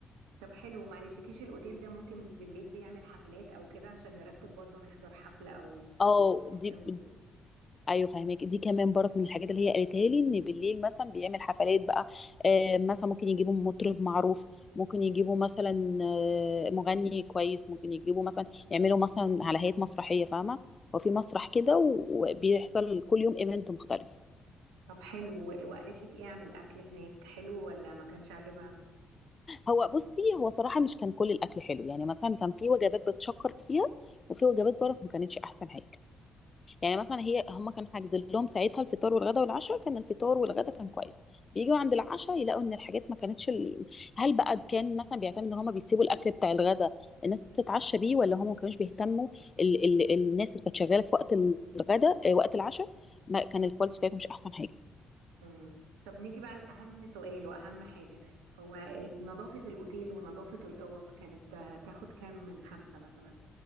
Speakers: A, on the right; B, on the left.
A: طب حلو ما قالتلكيش الاوتيل ده ممكن بالليل بيعمل حفلات او كده عشان نرتب برضو نحضر حفلة او
B: اه
A: حاجة
B: دي
A: من دي
B: ايوه فاهمك دي كمان برك من الحاجات اللي هي قالتها لي ان بالليل مثلا بيعمل حفلات بقى آه مثلا ممكن يجيبوا مطرب معروف ممكن يجيبوا مثلا آه مغني كويس ممكن يجيبوا مثلا يعملوا مثلا على هيئة مسرحية فاهمة هو في مسرح كده و- وبيحصل كل يوم ايفنت مختلف
A: طب حلو وقالت لك ايه عن الاكل هناك حلو ولا ما كانش عاجبها
B: هو بصي هو صراحة مش كان كل الاكل حلو يعني مثلا كان في وجبات بتشكر فيها وفي وجبات برك ما كانتش احسن حاجة يعني مثلا هي هم كانوا حاجزين لهم ساعتها الفطار والغدا والعشاء كان الفطار والغدا كان كويس بيجوا عند العشاء يلاقوا ان الحاجات ما كانتش ال... هل بقى كان مثلا بيعتمد ان هم بيسيبوا الاكل بتاع الغدا الناس تتعشى بيه ولا هم ما كانوش بيهتموا ال... ال... الناس اللي كانت شغاله في وقت الغدا آه، وقت العشاء ما كان الكواليتي بتاعتهم مش احسن حاجه
A: مم. طب نيجي بقى لأهم سؤال وأهم حاجة هو آه، نظافة الأوتيل ونظافة الأوض كانت آه، تاخد كام من خمسة مثلا